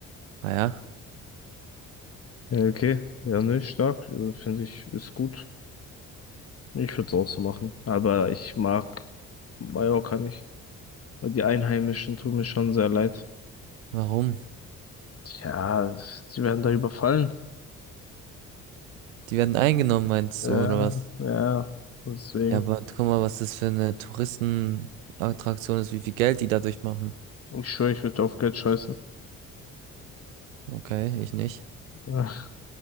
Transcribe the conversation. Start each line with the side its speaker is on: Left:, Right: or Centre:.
Right: Naja.
Left: Ja, okay, ja, nicht stark, äh, finde ich, ist gut. Ich würde es auch so machen, aber ich mag Mallorca nicht. Die Einheimischen tun mir schon sehr leid.
Right: Warum?
Left: Tja, sie werden da überfallen.
Right: Die werden eingenommen, meinst
Left: Ja,
Right: du, oder was?
Left: ja, deswegen.
Right: Ja, aber guck mal, was das für eine Touristenattraktion ist, wie viel Geld die dadurch machen.
Left: Ich schwöre, ich würde auf Geld scheißen.
Right: Okay, ich nicht.
Left: Ja,